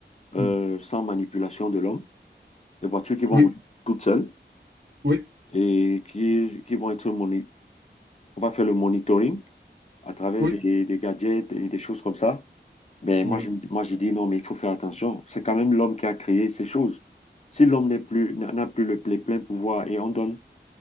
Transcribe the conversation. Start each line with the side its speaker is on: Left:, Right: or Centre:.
Left: euh,
Right: Hmm.
Left: sans manipulation de l'homme, des voitures qui vont
Right: Oui,
Left: rouler toutes seules
Right: oui,
Left: et qui, qui vont être moni- On va faire le monitoring à travers
Right: oui,
Left: des, des gadgets et des choses comme ça. Mais
Right: oui,
Left: moi, je, me- moi, je dis non, mais il faut faire attention. C'est quand même l'homme qui a créé ces choses. Si l'homme n'est plus, n'a n'a plus le, les pleins pouvoirs et on donne